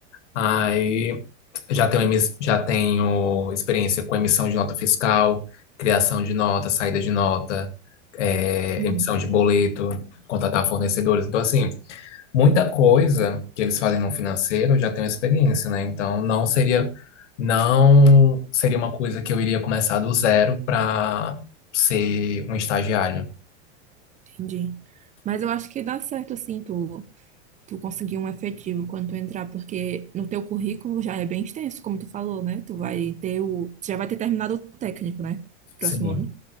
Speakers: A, on the left; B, on the right.
A: Aí já tenho, emis- já tenho experiência com emissão de nota fiscal, criação de nota, saída de nota, eh,
B: uhum,
A: emissão de boleto, contratar fornecedores. Então, assim, Muita coisa que eles fazem no financeiro eu já tenho experiência, né? Então não seria não seria uma coisa que eu iria começar do zero para ser um estagiário.
B: entendi. Mas eu acho que dá certo, assim, tu tu conseguir um efetivo quando tu entrar, porque no teu currículo já é bem extenso, como tu falou, né? Tu vai ter o. Tu já vai ter terminado o técnico, né? Próximo
A: Sim,
B: ano.